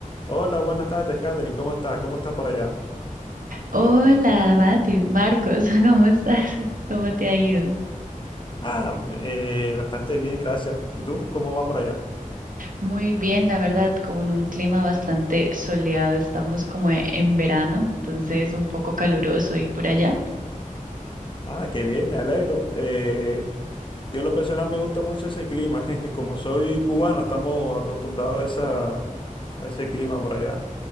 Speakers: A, on the left; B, on the right.
A: Hola, buenas tardes, Katherine. ¿Cómo está? ¿Cómo está por allá?
B: Hola, Mati, Marcos, <laughs> ¿cómo estás? ¿Cómo
A: <laughs>
B: te ha ido?
A: Ah, eh, bastante bien, gracias. ¿Y tú? ¿Cómo va por allá?
B: Muy bien, la verdad, con un clima bastante soleado. Estamos como e- en verano, entonces un poco caluroso y por allá.
A: Ah, qué bien, me alegro. Eh, yo en lo personal me gusta mucho ese clima. <laughs> Como soy cubano, estamos acostumbrados a, esa, a ese clima por allá.